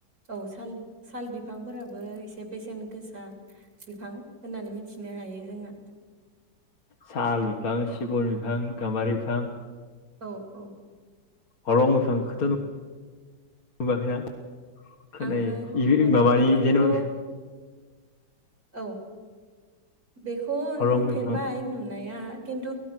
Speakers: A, on the right; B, on the left.
A: औ औ साल साल बिफांफोराबो एसे बेसेन गोसा बिफां होननानै मिथिनो हायो। <unintelligible>
B: साल बिफां सिगुन बिफां गाम्बारि बिफां
A: औ औ
B: ह'रं बिफांखौथ' नु नुवाखैना खोनायो
A: आङो
B: इबो
A: हलं
B: माबानि
A: बिफांखौ
B: जेनेबा
A: औ बेखौ
B: हलं
A: नुफेरबाय
B: बिफां
A: नुनाया खिन्थु